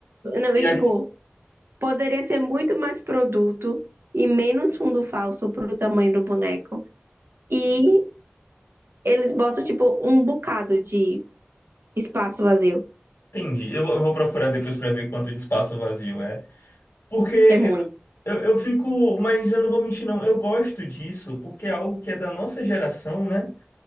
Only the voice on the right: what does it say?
Não,
e tipo,
poderia ser muito mais produto e menos fundo falso pro tamanho do boneco. E eles botam, tipo, um bocado de espaço vazio.
É muito.